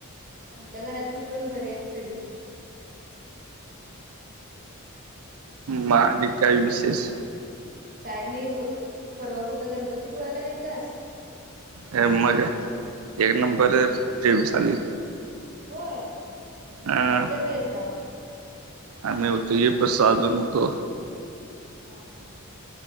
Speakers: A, on the right (about 40°); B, on the right (about 80°).
A: आमच्या घरातली पण बरी आहेत सगळी.
B: मा आणि काही विशेष?
A: काय नाही बघ, परवा कुठं गणपती पुळ्यायला गेलतास?
B: एक नंबर, एक नंबर देव झाले.
A: होय,
B: अं,
A: किती जण गेलता?
B: आम्ही होतो की मस सहा जण होतो.
A: हां हां.